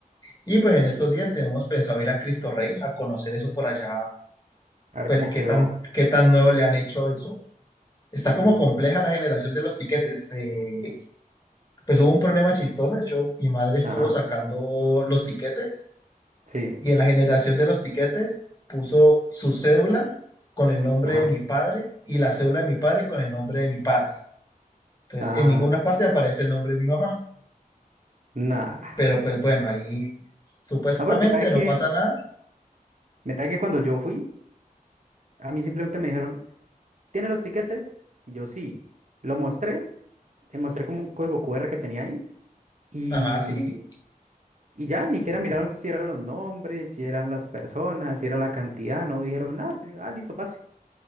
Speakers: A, on the left (about 25°); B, on the right (about 55°).
A: Y pues en estos días tenemos pensado ir a Cristo Rey a conocer eso por allá
B: A ver
A: pues
B: cómo
A: qué
B: quedó.
A: tan, qué tan nuevo le han hecho eso. Está
B: Mm,
A: como compleja la generación de los tiquetes. eh, pues hubo un problema chistoso, de hecho, mi madre estuvo
B: Ajá,
A: sacando los tiquetes
B: sí,
A: y en la generación de los tiquetes puso su cédula con el nombre
B: ajá.
A: de mi padre y la cédula de mi padre con el nombre de mi padre. Entonces,
B: Ah,
A: en ninguna parte aparece el nombre de mi mamá,
B: nada.
A: pero pues bueno, ahí supuestamente
B: No, pero mira que,
A: no pasa nada.
B: mira que cuando yo fui, a mí simplemente me dijeron, ¿tiene los tiquetes? Y yo sí. Lo mostré, le mostré como un código QR que tenía ahí y,
A: Ajá, sí.
B: y ya, ni siquiera miraron si eran los nombres, si eran las personas, si era la cantidad, no dijeron nada. dijeron, Ah, listo, pase.